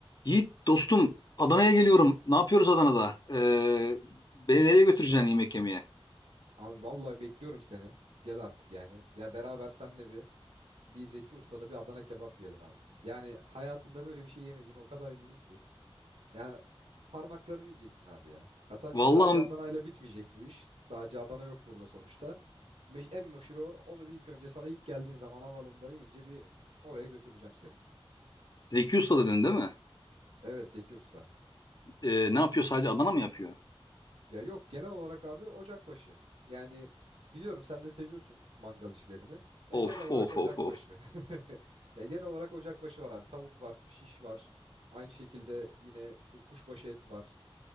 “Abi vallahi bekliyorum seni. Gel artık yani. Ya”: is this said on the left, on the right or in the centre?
Right